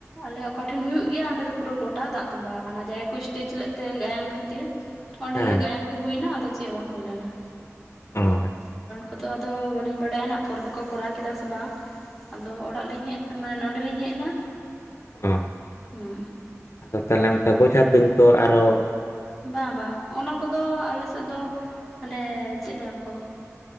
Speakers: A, in the centre; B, on the left.
A: ᱟᱞᱮ ᱚᱠᱟ ᱴᱷᱮᱱ ᱦᱩᱭᱩᱜ ᱜᱮᱭᱟ ᱚᱸᱰᱮ ᱫᱚ ᱯᱩᱨᱟᱹ ᱜᱚᱴᱟ ᱫᱟᱜ ᱛᱚᱵᱟᱣ ᱟᱠᱟᱱᱟ ᱡᱟᱦᱟᱸᱭ ᱠᱚ ᱥᱴᱮᱡ ᱞᱮᱫ ᱛᱮ ᱜᱟᱭᱟᱱ ᱠᱷᱟᱹᱛᱤᱨ ᱾ ᱚᱸᱰᱮ
B: ᱦᱮᱸ
A: ᱜᱮ ᱜᱟᱭᱟᱱ ᱜᱮ ᱦᱩᱭᱱᱟ ᱟᱫᱚ ᱪᱮᱫ ᱵᱟᱝ ᱦᱩᱭ ᱞᱮᱱᱟ᱾
B: ᱚ, ᱟᱪᱪᱷᱟ ᱟᱪᱪᱷᱟ᱾
A: ᱚᱱᱠᱟ ᱟᱫᱚ ᱵᱟᱞᱤᱧ ᱵᱟᱰᱟᱭᱟ ᱦᱟᱱᱟᱜ ᱯᱚᱨᱮ ᱛᱮᱠᱚ ᱠᱚᱨᱟᱣ ᱠᱮᱫᱟ ᱥᱮ ᱵᱟᱝ? ᱟᱫᱚ ᱚᱲᱟᱜ ᱞᱤᱧ ᱦᱮᱜ ᱢᱟᱱᱮ ᱱᱚᱰᱮᱞᱤᱧ ᱦᱮᱡ ᱮᱱᱟ
B: ᱟᱪᱪᱷᱟ ᱚ
A: ᱦᱩᱸ
B: ᱟᱫᱚ ᱛᱟᱦᱞᱮ ᱚᱝᱠᱟ ᱵᱡᱷᱟ ᱛᱩᱧ ᱠᱚ ᱟᱨᱦᱚ
A: ᱵᱟ ᱵᱟ ᱚᱱᱟ ᱠᱚᱫᱚ ᱟᱞᱮ ᱥᱮᱫ ᱫᱚ ᱢᱟᱱᱮ ᱪᱮᱫ ᱞᱟᱹᱭᱟ ᱠᱚ